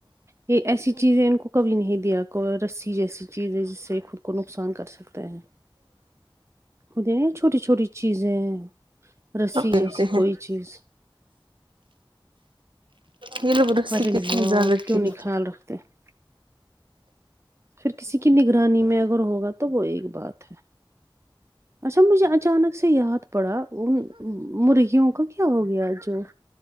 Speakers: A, on the right (about 30°); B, on the right (about 65°).
A: یہ ایسی چیزیں ان کو کبھی نہیں دیا کو رسی ج ایسی چیز ہے جس سے خود کو نقسان کر سکتا ہیں ہو چھوٹی چھوٹی چیزیں رسی
B: سب کھیلتے
A: جیسی
B: ہیں
A: کوئی چیز
B: یہی لوگ رسیق
A: ارے نہیں ہو
B: زیادہ
A: آپ کیوں
B: کی
A: نہیں
B: ہے
A: <inaudible> پھر کسی کی نگرانی میں اگر ہوگا تو وہ ایک بات ہے اچھا مجھے اچانک سے یاد پڑا ان مرغیوں کا کیا ہو گیا جو